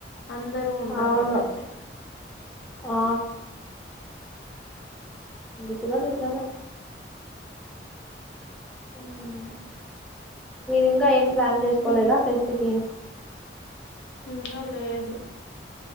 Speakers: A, on the left (about 85°); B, in the centre.
A: అందరూ ఉండరేమేంటే.
B: అవును ఆ ఇది కూడా నిజమే. ఉమ్ నువ్వింకా ఏం ప్లాన్ చేసుకోలేదా
A: నిన్
B: ఫెస్ట్ కి.
A: ఉమ్ ఇంకా లేదు.